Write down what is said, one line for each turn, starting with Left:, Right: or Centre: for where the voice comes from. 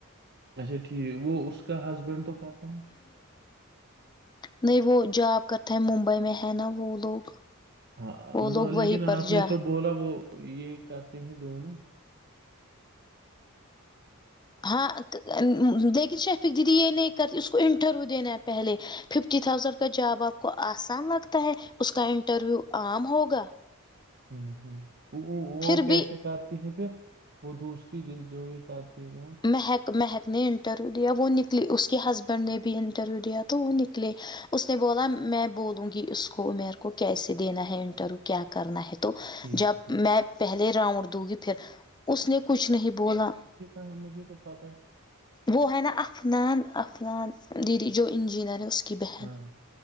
Right: اچھا ٹھیک وہ اس کا ہسبینڈ تو کہتے ہیں-
Left: نہیں وہ جاب کرتے ہیں ممبئی میں ہے نا وہ لوگ-
Right: ہاں
Left: وہ لوگ
Right: لیکن
Left: وہیں پر
Right: آپ نے
Left: جا
Right: تو بولا وہ یہ کرتے ہیں دونوں-
Left: ہاں لیکن شیفق دیدی یہ نہیں کرتی اس کو انٹرویو دینا ہے پہلے- ففٹی تھاؤزینڈ کا جاب آپ کو آسان لگتا ہے اس کا انٹرویو عام ہوگا-
Right: ہ ہ وہ
Left: پھر
Right: کیسے
Left: بھی
Right: کرتی ہیں پھر- وہ دوسری جس جو یہ کرتیے گا-
Left: مہک مہیک نے انٹرویو دیا وہ نکلے اس کے ہسبینڈ نے بھی انٹرویو دیا تو وہ نکلے- اس نے بولا میں بولوں گی اس کو میر کو کیسے دینا ہے انٹرویو کیا کرنا ہے- تو
Right: ٹھیک
Left: جب
Right: ٹھیک۔
Left: میں پہلے راؤنڈ دوں گی پھر اس نے کچھ نہیں بولا-
Right: ہاں مجھے تو پتاہ ہے-
Left: وہ ہے نا عفنان- عفنان دیدی جو انجینئر ہے ا کی بہن-
Right: ہاں